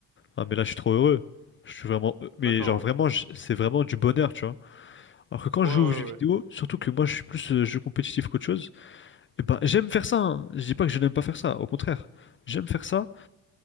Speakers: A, on the left; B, on the right.
A: ah, mais là, je suis trop heureux. Je suis vraiment... euh, Mais
B: D'accord,
A: genre, vraiment,
B: ouais.
A: je- c'est vraiment du bonheur, tu vois. Alors que quand
B: Ouais,
A: je
B: ouais,
A: joue aux jeux vidéo,
B: ouais.
A: surtout que moi, je suis plus euh, jeu compétitif qu'autre chose. Eh ben, j'aime faire ça, hein. Je dis pas que je n'aime pas faire ça, au contraire. J'aime faire ça,